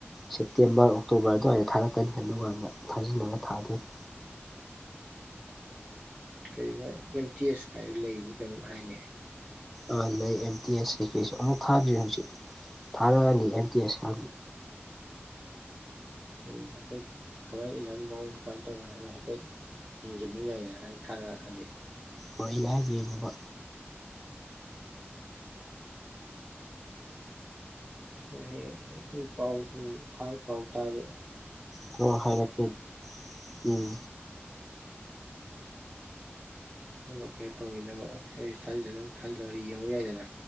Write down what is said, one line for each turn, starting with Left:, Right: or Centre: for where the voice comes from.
Centre: ꯁꯦꯞꯇꯦꯝꯕꯔ ꯑꯣꯛꯇꯣꯕꯔ ꯑꯗꯨꯋꯥꯏꯗꯥ ꯊꯥꯔꯛꯀꯥꯅꯤ ꯑꯗꯨꯒꯥꯟꯗ ꯊꯥꯖꯤꯜꯅꯕ ꯊꯥꯗꯣꯏꯅꯤ
Right: ꯀꯩ ꯑꯥ ꯕꯥ ꯑꯦꯝ ꯇꯤ ꯑꯦꯁ ꯀꯥꯏꯅ ꯂꯩꯕ ꯀꯩꯅꯣꯝ ꯍꯥꯏꯅꯦ
Centre: ꯑꯥ ꯂꯩ ꯑꯦꯝ ꯇꯤ ꯑꯦꯁ ꯀꯩꯀꯩꯁꯨ ꯑꯃꯨꯛ ꯊꯥꯗ꯭ꯔꯤ ꯍꯧꯖꯤꯛ ꯊꯥꯔꯛꯑꯅꯤ ꯑꯦꯝ ꯇꯤ ꯑꯦꯁ
Right: ꯎꯝ ꯍꯥꯏꯐꯦꯠ ꯀꯃꯥꯏ ꯑꯦꯛꯖꯥꯝꯒꯤ ꯃꯑꯣꯡ ꯀꯃꯥꯏ ꯇꯧꯔꯤꯅꯣ ꯍꯥꯏꯕꯗꯨ ꯍꯥꯏꯐꯦꯠ ꯌꯦꯡꯖꯤꯟꯕ ꯌꯥꯏꯗꯅ ꯍꯥꯏꯅ ꯊꯥꯔꯛꯑꯗꯤ
Centre: ꯍꯣꯏ ꯌꯥꯏ ꯌꯦꯡꯉꯨꯕꯥ
Right: ꯎꯝ ꯍꯌꯦꯡ ꯄꯥꯎ ꯎꯝ ꯊꯥ ꯄꯥꯎ ꯇꯥꯖꯦ
Centre: ꯀ꯭ꯔꯣ ꯍꯥꯏꯔꯛꯀꯦ ꯎꯝ
Right: <unintelligible> ꯀꯩꯅꯣ ꯇꯧꯃꯤꯟꯅꯕ ꯑꯩ ꯊꯥꯖꯤꯜꯂꯒꯥ ꯊꯥꯖꯤꯜꯂꯒꯥ ꯌꯦꯡꯉꯨ ꯌꯥꯏꯗꯅ